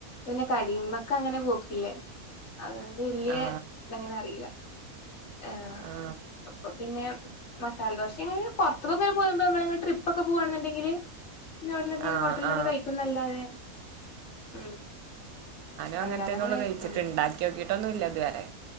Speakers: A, on the left; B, on the right.
A: പിന്നെ കട്മക്കങ്ങനെ പോക്കില്ല അതാണ് <unintelligible>
B: ആ
A: ഇല്ല എയ്
B: ആ
A: അപ്പൊ പിന്നെ മസാല ദോശ ആണെങ്കിൽ പൊറത്തുന്ന് പോയി നമ്മളിങ്ങനെ ഡ്രിപ് പ്പൊക്കെ പോവാണെണ്ടെങ്കില് പിന്നവിട്ന്ന്
B: ആ
A: ഹോട്ടലൊക്കെ
B: ആ
A: കഴിക്കുന്നല്ലാതെ ഉം
B: അങ്ങനെത്തെന്നൊള്ളൂ
A: അല്ലാതെ അങ്ങനെ കഴിച്ചിട്ടൊന്നും
B: കഴിച്ചിട്ട് ണ്ടാക്കി നോക്കിട്ടൊന്നും ഇല്ല ഇതുവരെ